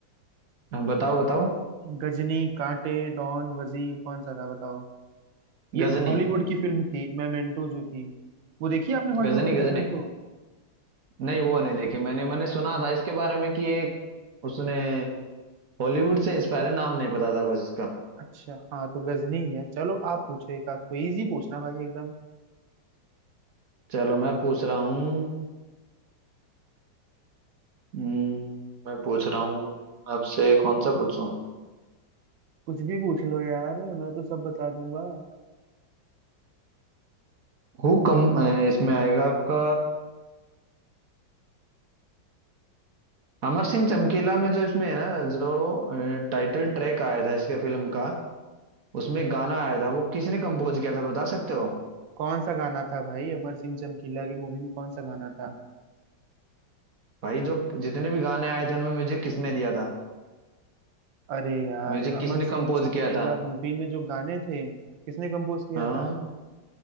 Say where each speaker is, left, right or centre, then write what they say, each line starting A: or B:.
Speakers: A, on the right; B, on the right.
A: हाँ, बताओ बताओ
B: गजनी कांटे डॉन वजीर कौन सा था बताओ ये
A: गजनी
B: हॉलीवुड की फिल्म थी मेमेंटो जो थी वो देखी है आपने हॉलीवुड
A: गजनी
B: की मेमेंटो
A: गजनी नहीं वो नहीं देखी मैंने मैंने सुना था इसके बारे में कि एक उसने हॉलीवुड से इंस्पायर है नाम नहीं पता था बस इसका
B: अच्छा हाँ तो गजनी ही है चलो आप पूछो एक आध कोई इजी पूछना भाई एकदम
A: चलो मैं पूछ रहा हूँ हम्म, मैं पूछ रहा हूँ आपसे कौन सा पूछूं
B: कुछ भी पूछ लो यार मैं तो सब बता दूंगा
A: हु कम अ, इसमें आएगा आपका अमर सिंह चमकीला में जो इसमें है ना जो टाइटल ट्रैक आया था इसके फिल्म का उसमें गाना आया था वो किसने कंपोज किया था बता सकते हो
B: कौन सा गाना था भाई अमर सिंह चमकीला की मूवी में कौन सा गाना था
A: भाई जो जितने भी गाने आए थे उनमें म्यूजिक किसने दिया था
B: अरे यार
A: म्यूजिक
B: अमर
A: किसने
B: सिंह
A: कंपोज
B: चमकीला
A: किया था
B: मूवी में जो गाने थे किसने कंपोज किया
A: हाँ
B: था